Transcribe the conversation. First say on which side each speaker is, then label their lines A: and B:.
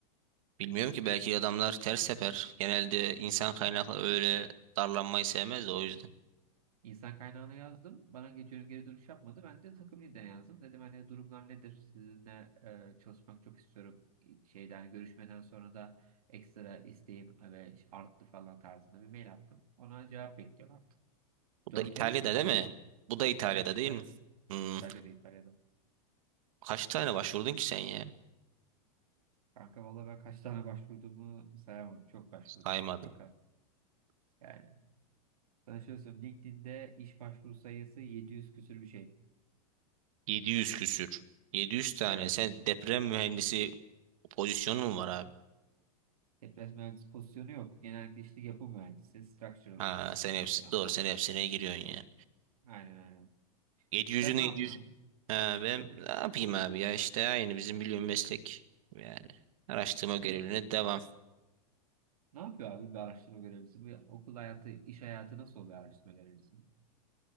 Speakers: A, on the right; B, on the right.
A: Bilmiyorum ki belki adamlar ters sefer. Genelde insan kaynakları öyle darlanmayı sevmez de o yüzden.
B: İnsan kaynağına yazdım. Bana geçiyorum geri dönüş yapmadı. Ben de takım liderine yazdım. Dedim hani durumlar nedir? Sizinle e, çalışmak çok istiyorum. Şeyden görüşmeden sonra da ekstra isteğim e, ve arttı falan tarzında bir mail attım. Ona cevap bekliyorum artık.
A: Bu
B: 4
A: da İtalya'da
B: ay oldu kanki.
A: değil mi? Bu da İtalya'da
B: İtalya'da, İtalya'da.
A: değil mi? Hmm,
B: İtalya'da, İtalya'da.
A: Kaç tane başvurdun ki sen ya?
B: Kanka valla ben kaç tane başvurduğumu sayamam. Çok başvurdum.
A: Saymadın.
B: Fakat yani sana şöyle söyleyeyim. LinkedIn'de iş başvuru sayısı 700 küsür bir şey.
A: 700 küsür. 700 tane.
B: Evet.
A: Sen deprem mühendisi pozisyonu mu var abi?
B: Deprem mühendisi pozisyonu yok. Genellikle işte yapı mühendisi, structural
A: Ha,
B: engineer.
A: sen hepsi
B: Ha,
A: doğru.
B: o,
A: Sen hepsine giriyorsun yani.
B: aynen aynen.
A: 700'ün
B: Sen
A: 700
B: ne yapıyorsun?
A: Ha, ben
B: Hı.
A: ne yapayım abi ya işte aynı bizim biliyorum meslek yani araştırma görevine
B: Bir-
A: devam.
B: ne yapıyor abi bir araştırma görevlisi? Bu okul hayatı, iş hayatı nasıl oluyor araştırma görevlisi?